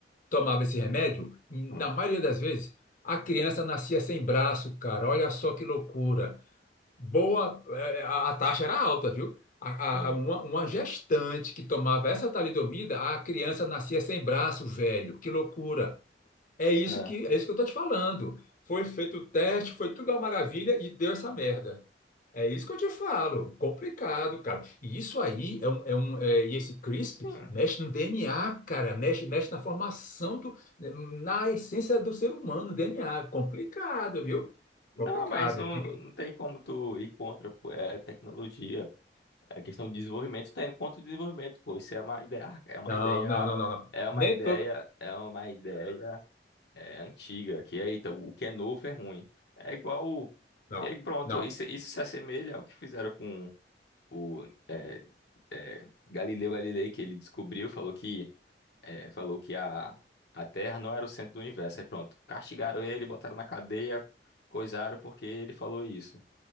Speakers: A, on the left; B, on the left.
A: tomava esse remédio? Na
B: Hum,
A: maioria das vezes, a criança nascia sem braço, cara. Olha só que loucura. Boa, eh, a, a taxa era alta, viu? A,
B: era.
A: a- a- uma, uma gestante que tomava essa talidomida, a criança nascia sem braço, velho. Que loucura. É isso
B: É.
A: que, é isso que eu tô te falando. Foi feito o teste, foi tudo uma maravilha e deu essa merda. É isso que eu te falo. Complicado, cara. E isso aí é um, é um é- e esse CRISP
B: Sim.
A: mexe no DNA, cara. Mexe, mexe na formação do, na essência do ser humano, DNA. Complicado, viu?
B: Não,
A: Complicado.
B: mas não,
A: Diga aí.
B: não tem como tu ir contra, pô, é tecnologia. É questão de desenvolvimento, tendo quanto de desenvolvimento, pô, isso é uma ideia, é uma
A: Não,
B: ideia,
A: não, não, não, não.
B: é uma
A: Nem
B: ideia,
A: todo.
B: é uma ideia é, antiga, que é, eita, o que é novo é ruim. É igual, o-
A: Não,
B: e aí pronto,
A: não.
B: isso, isso se assemelha ao que fizeram com o é, é, Galileu Galilei, que ele descobriu, falou que, é, falou que a, a Terra não era o centro do universo, aí pronto, castigaram ele, botaram na cadeia, coisaram porque ele falou isso.